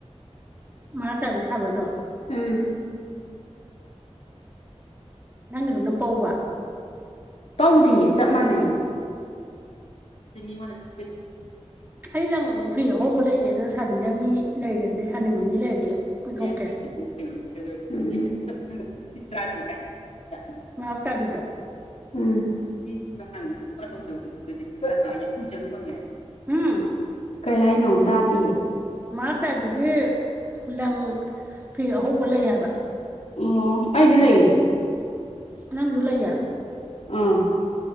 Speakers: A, on the right (about 15°); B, on the left (about 65°).
A: ꯦꯃꯃꯥꯔꯥꯛ ꯇꯥꯏꯕꯥ ꯁꯥꯕꯩꯗꯣ
B: ꯎꯝ
A: ꯅꯪꯒꯤꯗꯨꯅ ꯄꯧꯕ
B: ꯄꯧꯗꯤꯌꯦ ꯆꯞ ꯃꯥꯅꯩ ꯃꯤꯉꯣꯟꯗꯩ
A: ꯑꯩ ꯂꯪ ꯐꯤ ꯑꯍꯧꯕ ꯂꯩꯌꯦ ꯑꯗꯣ ꯁꯥꯕꯤꯅꯕ ꯃꯤ ꯂꯩꯔꯗꯤ ꯁꯥꯅꯤꯡꯕ ꯃꯤ ꯂꯩꯔꯗꯤ
B: <inaudible>
A: ꯄꯨꯊꯣꯛꯀꯦ
B: <unintelligible> <unintelligible> <inaudible>
A: ꯃꯔꯥꯛ ꯇꯥꯏꯕꯤꯗꯣ
B: <unintelligible> <unintelligible>
A: ꯍꯝ
B: ꯀꯩꯍꯥꯏꯅꯣ ꯇꯥꯗꯤꯌꯦ
A: <unintelligible> ꯂꯪ ꯐꯤ ꯑꯍꯧꯕ ꯂꯩ ꯍꯥꯏꯕ
B: ꯑꯣ ꯅꯩꯗꯤ ꯂꯩꯌꯦ
A: ꯅꯪꯖꯨ ꯂꯩꯌꯦ
B: ꯎꯝ